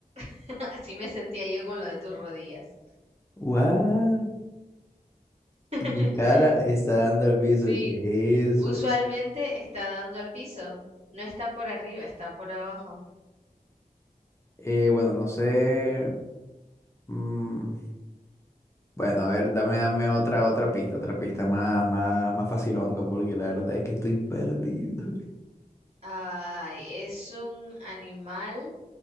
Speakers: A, on the right (about 45°); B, on the left (about 20°).
A: <laughs> Así me sentía yo con lo de tus rodillas.
B: What?
A: <laughs>
B: Mi cara está dando al piso.
A: Sí,
B: ¿Qué es
A: usualmente
B: eso?
A: está dando al piso. No está por arriba, está por abajo.
B: Eh, bueno, no sé. mm, bueno, a ver, dame, dame otra, otra pista, otra pista más, más, más facilonga, porque la verdad es que estoy perdido.
A: Ay, es un animal